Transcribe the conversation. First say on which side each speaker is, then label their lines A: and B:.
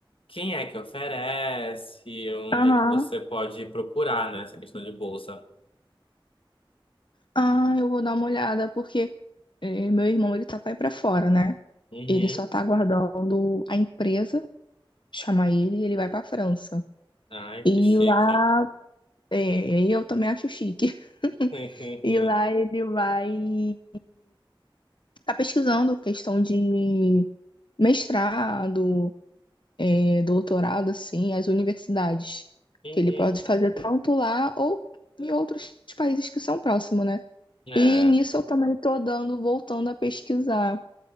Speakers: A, on the left; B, on the left.
A: Quem é que oferece? Onde
B: Aham.
A: é que você pode procurar, né? Essa questão de bolsa.
B: Ah, eu vou dar uma olhada, porque eh, meu irmão, ele tá pra ir pra fora, né?
A: Uhum.
B: Ele só tá aguardando a empresa chamar ele e ele vai pra França.
A: Ai,
B: E
A: que chique.
B: lá É, eu também acho chique. <laughs>
A: <laughs>
B: E lá ele vai tá pesquisando questão de mestrado, é, doutorado, assim, as universidades,
A: Uhum.
B: que ele pode fazer tanto lá ou em outros países que são próximos, né?
A: É,
B: E nisso eu também tô dando, voltando a pesquisar,